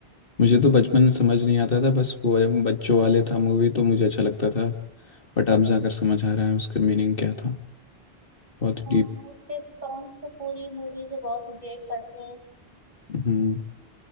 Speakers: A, on the left; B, on the right.
A: मुझे तो बचपन में समझ नहीं आता था बस वो बच्चों वाले था मूवी तो मुझे अच्छा लगता था बट अब जाकर समझ आ रहा है उसका मीनिंग क्या था बहुत
B: हाँ,
A: डीप
B: उसके सॉन्ग्स तो पूरी मूवी से बहुत रिलेट करते हैं
A: हम्म